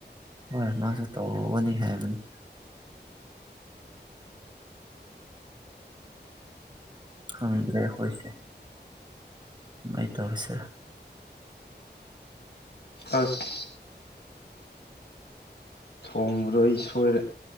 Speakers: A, on the right (about 25°); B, on the left (about 65°).
A: ꯍꯣꯏ ꯃꯥꯁꯨ ꯇꯧꯕꯅꯤ ꯍꯥꯏꯕꯅꯤ ꯈꯪꯗ꯭ꯔꯦ ꯑꯩꯈꯣꯏꯁꯦ ꯃꯥꯏ ꯇꯧꯁꯦ
B: ꯑꯁ ꯊꯣꯡꯕꯗꯣ ꯑꯩ ꯁꯣꯏꯔꯦ